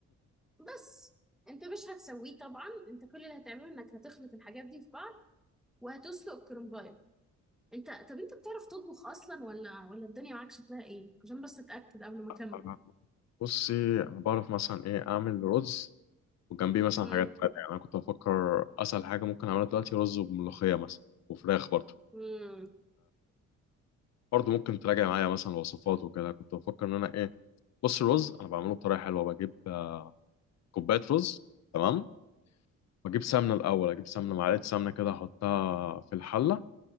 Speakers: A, in the centre; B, on the left.
A: بس انت مش هتسويه طبعا انت كل اللي هتعمله انك هتخلط الحاجات دي في بعض وهتسلق الكرنباية انت طب انت بتعرف تطبخ اصلا ولا ولا الدنيا معاك شكلها ايه عشان بس اتأكد قبل ما
B: <laughs>
A: اكمل
B: بصي انا بعرف مثلا ايه اعمل رز وجنبيه مثلا
A: امم
B: حاجات تانية يعني انا كنت بفكر اسهل حاجه ممكن اعملها دلوقتي رز وملوخيه مثلا وفراخ برضه
A: امم
B: برضه ممكن تراجع معايا مثلا الوصفات وكده كنت بفكر ان انا ايه بص الرز انا بعمله بطريقه حلوه بجيب آه، كوبايه رز تمام واجيب سمنه الاول اجيب سمنه معلقه سمنه كده احطها في الحله